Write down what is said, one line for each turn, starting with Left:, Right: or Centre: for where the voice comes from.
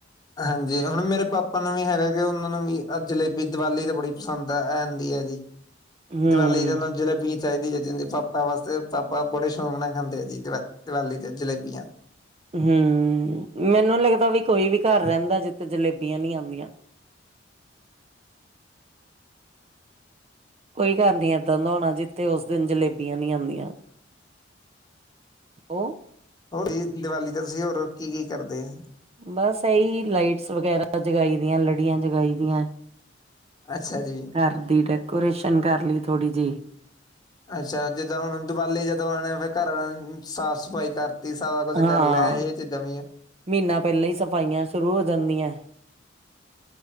Left: ਹਾਂਜੀ। ਹੁਣ ਮੇਰੇ ਪਾਪਾ ਨੂੰ ਵੀ ਹੈਗਾ ਕਿ ਉਹਨਾਂ ਨੂੰ ਵੀ ਜਲੇਬੀ ਦੀਵਾਲੀ ਤੇ ਬੜੀ ਪਸੰਦ ਐ ਆਂਦੀ ਐਗੀ।
Right: ਹੂੰ।
Left: ਦੀਵਾਲੀ ਤੇ ਉਹਨਾਂ ਨੂੰ ਜਲੇਬੀ ਈ ਚਾਹੀਦੀ ਚਾਹੀਦੀ। ਪਾਪਾ ਬਸ- ਤੇ ਪਾਪਾ ਬੜੇ ਸ਼ੌਂਕ ਨਾਲ ਖਾਂਦੇ ਆ ਜੀ ਦੀਵ-ਦਿਵਾਲੀ ਤੇ ਜਲੇਬੀਆਂ।
Right: ਹੂੰ। ਮੈਨੂੰ ਲੱਗਦਾ ਵੀ ਕੋਈ ਵੀ ਘਰ ਰਹਿੰਦਾ ਜਿੱਥੇ ਜਲੇਬੀਆਂ ਨੀ ਆਂਦੀਆਂ? ਕੋਈ ਘਰ ਨੀ ਏਦਾਂ ਦਾ ਹੋਣਾ ਜਿੱਥੇ ਉਸ ਦਿਨ ਜਲੇਬੀਆਂ ਨੀ ਆਂਦੀਆਂ। ਓ
Left: ਹੋਰ ਜੀ ਦੀਵਾਲੀ ਤੇ ਤੁਸੀਂ ਹੋਰ ਕੀ-ਕੀ ਕਰਦੇ ਆ?
Right: ਬਸ ਇਹੀ ਲਾਈਟਸ ਵਗੈਰਾ ਜਗਾਈ ਦੀਆਂ, ਲੜੀਆਂ ਜਗਾਈ ਦੀਆਂ।
Left: ਅੱਛਾ ਜੀ।
Right: ਘਰ ਦੀ ਡੈਕੋਰੇਸ਼ਨ ਕਰ ਲਈ ਥੋੜ੍ਹੀ ਜਿਹੀ।
Left: ਅੱਛਾ। ਜਿੱਦਾਂ ਹੁਣ ਦੀਵਾਲੀ ਜਦੋਂ ਆਨੇ ਫਿਰ ਘਰ ਆ ਸਾਫ਼ ਸਫ਼ਾਈ ਕਰ ਰੀਸਾ ਦਾ ਕੁਝ
Right: ਹਾਂ
Left: ਕਰ ਲੈ ਇਹ ਚੀਜ਼ਾਂ ਵੀ ਆ।
Right: ਮਹੀਨਾ ਪਹਿਲਾਂ ਈ ਸਫਾਈਆਂ ਸ਼ੁਰੂ ਹੋ ਜਾਂਦੀਐ।